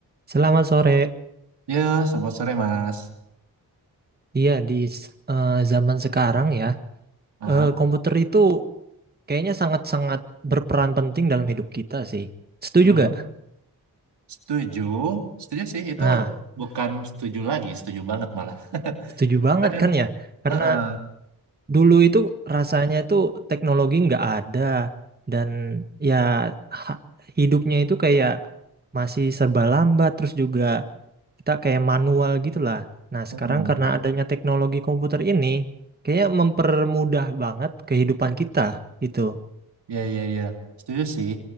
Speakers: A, on the right; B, on the right.
A: Selamat sore.
B: Ya, selamat sore Mas.
A: Iya, di s- eh, zaman sekarang ya,
B: Ah,
A: eh, komputer itu kayaknya sangat-sangat berperan penting dalam hidup kita sih. Setuju
B: Mhm.
A: gak?
B: setuju, setuju sih itu
A: Nah,
B: bukan setuju lagi, setuju banget malah. <laughs>
A: setuju banget
B: Karena kan,
A: kan ya? Karena
B: heeh,
A: dulu itu rasanya itu teknologi nggak ada dan ya ha- hidupnya itu kayak masih serba lambat terus juga kita kayak manual gitu lah. Nah,
B: heeh.
A: sekarang karena adanya teknologi komputer ini, kayaknya mempermudah banget kehidupan kita gitu.
B: ya ya ya, setuju sih.